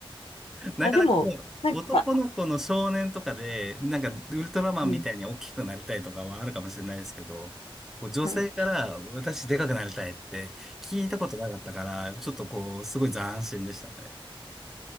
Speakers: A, in the centre; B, on the left.
A: なかなかこう、
B: あ、でも、なんか、
A: 男の子の少年とかで、なんかウルトラマンみたいに大きくなりたいとかはあるかもしれないですけど、
B: うん。
A: こう女性から私でかくなりたいって聞いたことなかったから、
B: うん
A: ちょっとこう、すごい斬新でしたね。